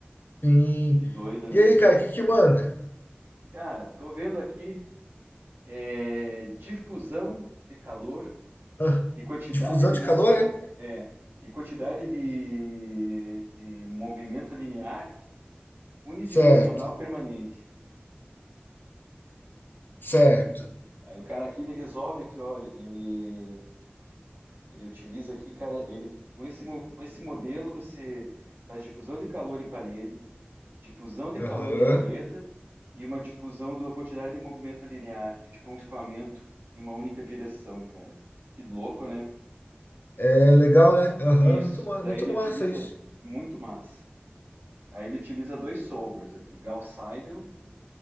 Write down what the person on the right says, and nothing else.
Que doido, né,
meu?
Cara, tô vendo aqui é, difusão de calor
e quantidade
de,
mo-
é, e quantidade de, de movimento linear unidimensional
permanente.
Aí o cara aqui ele resolve aqui, ó, ele, ele utiliza aqui, cara, ele com esse, mo- com esse modelo você faz difusão de calor em parede, difusão de
calor em aleta e uma difusão da quantidade de movimento linear, que é tipo um escoamento em uma única direção, cara. Que louco, né?
Isso,
daí
ele utiliza
muito massa. Aí ele utiliza dois solvers aqui, Gauss Seidel